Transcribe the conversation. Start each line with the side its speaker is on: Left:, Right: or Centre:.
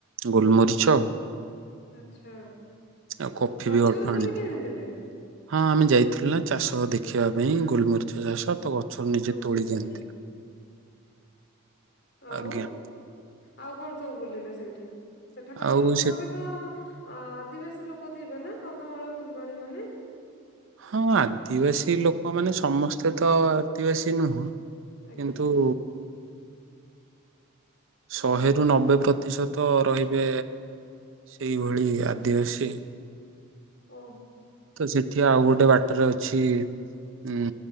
Right: ଗୋଲମରିଚ
Left: ଆଚ୍ଛା
Right: ଆଉ କଫି
Left: ଗଛର
Right: ବି ଅଳ୍ପ
Left: ତୋଳିକି
Right: ଆଣିଥିଲୁ
Left: ଆଣିଥିଲେ
Right: ହଁ ଆମେ ଯାଇଥିଲୁ ନା ଚାଷ ଦେଖିବା ପାଇଁ ଗୋଲମରିଚ ଚାଷ ତ ଗଛରୁ ନିଜେ
Left: ବୁଝିଲି
Right: ତୋଳିକି ଆଣିଥିଲୁ
Left: ଆଉ
Right: ଆଜ୍ଞା
Left: ଆଉ କଣ ସବୁ ବୁଲିଲେ ସେଇଠି ସେଠାକାର
Right: ଆଉ
Left: ଲୋକ
Right: ସେ
Left: ବି ତ ଅ ଆଦିବାସୀ ଲୋକ ଥିବେ ନା କନ୍ଧମାଳ ଫୁଲବାଣୀ ମାନେ
Right: ହଁ ଆଦିବାସୀ ଲୋକମାନୋନେ ସମସ୍ତେ ତ ଆଦିବାସୀ ନୁହଁ। କିନ୍ତୁ
Left: ଆଜ୍ଞା
Right: ଶହେରୁ ନବେ ପ୍ରତିଶତ ରହିବେ ସେଇଭଳି ଆଦିବାସୀ।
Left: ଓ।
Right: ତ ସେଠି ଆଉ ଗୋଟେ ବାଟରେ ଅଛି। ହୁଁ